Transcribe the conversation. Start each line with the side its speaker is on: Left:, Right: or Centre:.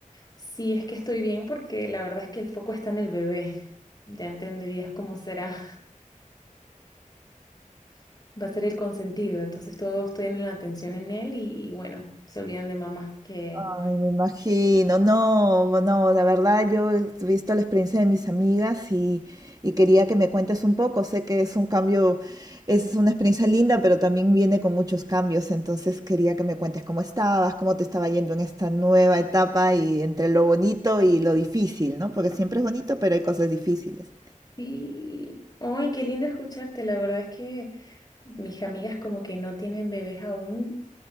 Left: si es que estoy bien, porque la verdad es que el foco está en el bebé. Ya entenderías cómo será, <laughs> va a ser el consentido. Entonces todos tienen la atención en él y, y bueno, se olvidan de mamá. Que
Right: Ay, me imagino, no, no, la verdad yo he visto la experiencia de mis amigas y, y quería que me cuentes un poco. Sé que es un cambio, es una experiencia linda, pero también viene con muchos cambios, entonces quería que me cuentes cómo estabas, cómo te estaba yendo en esta nueva etapa y entre lo bonito y lo difícil, ¿no? Porque siempre es bonito, pero hay cosas difíciles.
Left: sí. Ay, qué lindo escucharte. La verdad es que mis amigas como que no tienen bebés aún.